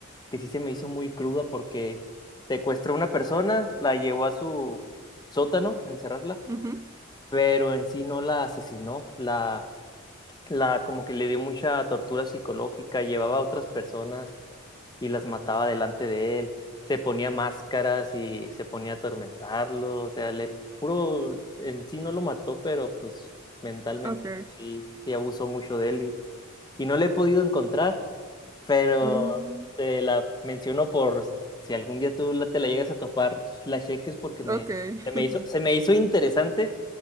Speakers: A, on the left; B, on the right.
A: que sí se me hizo muy cruda porque secuestró a una persona, la llevó a su sótano a encerrarla,
B: ujú,
A: pero en sí no la asesinó, la, la como que le dio mucha tortura psicológica, llevaba a otras personas y las mataba delante de él, se ponía máscaras y se ponía a atormentarlo, o sea, le puro, en sí no lo mató, pero pues mentalmente
B: ok,
A: pues, sí, sí abusó mucho de él y, y no le he podido encontrar pero
B: mm,
A: te la menciono por si algún día tú la- te la llegas a topar, la cheques porque me,
B: ok,
A: se me
B: <laughs>
A: hizo, se me hizo interesante,